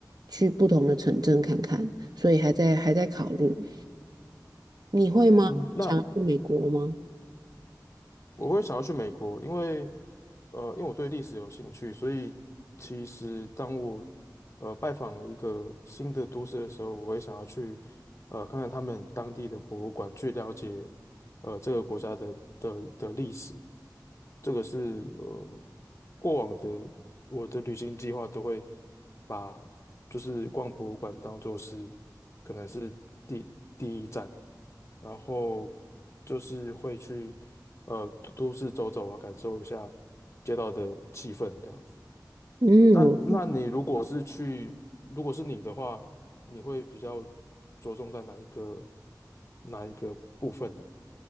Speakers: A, on the right (about 65°); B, on the left (about 40°).
A: 去不同的城镇看看，所以还在还在考虑。你会吗？
B: 嗯，那
A: 想要去美国吗？
B: 我会想要去美国，因为呃，因为我对历史有兴趣，所以其实当我呃拜访一个新的都市的时候，我会想要去呃看看他们当地的博物馆，去了解呃这个国家的的的历史，这个是呃过往的我的旅行计划都会把就是逛博物馆当做是可能是第第一站，然后就是会去呃都都市走走啊，感受一下街道的气氛这样子。
A: 嗯，
B: 那那你如果是去，如果是你的话，你会比较着重在哪一个哪一个部分呢？